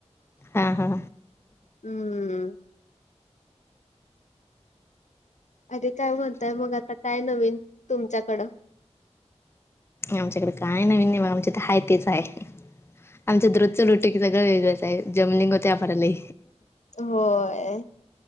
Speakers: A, on the left; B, on the left.
A: हा हा.
B: हम्म. अनी काय म्हणताय मग आता काय नवीन तुमच्याकडं.
A: आमच्याकड काय नवीन नाय बगा आमच्यात हाय तेच हाय आमच्यात रोजच रुटिं ग हे सगळं वेगळंच हाय जमलिंग होतय आमला लय.
B: होय.